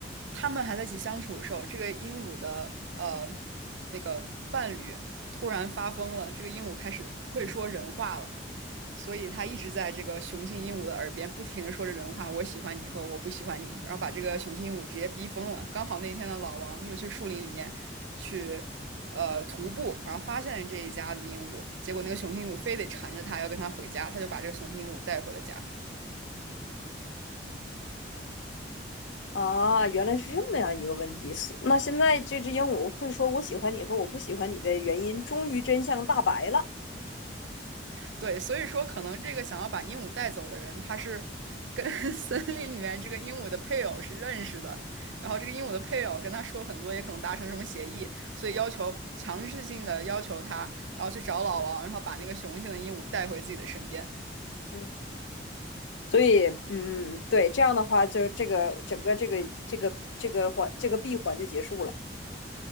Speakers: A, on the right; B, on the left.
A: 他们还在一起相处的时候，这个鹦鹉的呃那个伴侣突然发疯了，这个鹦鹉开始会说人话了，所以他一直在这个雄性鹦鹉的耳边不停的说着人话，我喜欢你和我不喜欢你，然后把这个雄性鹦鹉直接逼疯了。刚好那天的老王又去树林里面去呃徒步，然后发现了这一家子鹦鹉，结果那个雄性鹦鹉非得缠着他要跟他回家，他就把这个雄性鹦鹉带回了家。
B: 啊，原来是这么样一个问题。那现在这只鹦鹉会说“我喜欢你”和“我不喜欢你”的原因，终于真相大白了。
A: 对，所以说可能这个想要把鹦鹉带走的人，他是跟 <laughs> 森林里面这个鹦鹉的配偶是认识的，然后这个鹦鹉的配偶跟他说了很多，也可能达成什么协议，所以要求强制性的要求他，然后去找老王，然后把那个雄性的鹦鹉带回自己的身边。
B: 嗯，所以，嗯，对，这样的话，就这个整个这个这个这个环这个闭环就结束了。